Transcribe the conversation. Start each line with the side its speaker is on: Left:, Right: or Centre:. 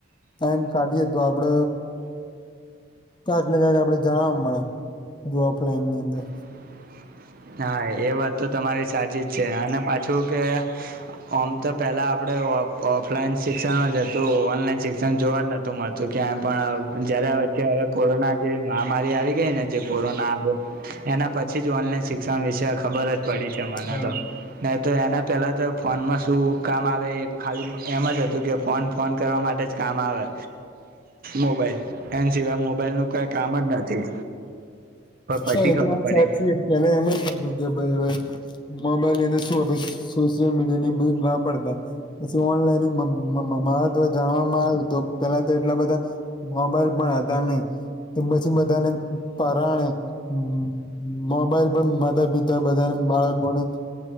Left: ટાઈમ કાઢીએ તો આપડ ક્યાંક ને ક્યાંક આપડે જાણવા મળે બધુ ઓફલાઈનની અંદર
Right: હા. હા એ વાત તો તમારી સાચી જ છે અને પાછું કે ઓમ તો પહેલા આપડે ઓફ ઓફલાઈન શિક્ષણ જ હતું ઓનલાઈન શિક્ષણ જોવા જ નથ તો મળતુ ક્યાં પણ જયારે આવે ત્યારે કોરોના જે મહામારી આવી ગઈ ને જે કોરોના આવે એના પછી જ ઓનલાઈન શિક્ષ ત્રણ દીસે ખબર જ પડી છે મને
Left: હા
Right: તો. નહી તો એના પહેલા તો ફોનમાં શું કામ આવે એ ખાલી એમ જ હતું કે ફોન ફોન કરવા માટે જ કામ આવે મોબાઈલ. એન સિવાય મોબાઈલ નું કઈ કામ જ નથી પછી
Left: હા એ
Right: ખબર
Left: તો વાત
Right: પડી
Left: સાચી કે એને એમ જ થતું કે ભાઈ હવે મોબાઈલ ની અંદર શું આપે સોશિયલ મીડિયા ની એ બધુ જ ના પડતા. પછી ઓનલાઈન જાણવામાં આવ્યું તો પેલા તો એટલા બધા મોબાઈલ પણ હતા નહી કે પછી બધાને પરાણે હમ. મોબાઈલ પણ માતા પિતા બધાને બાળકોને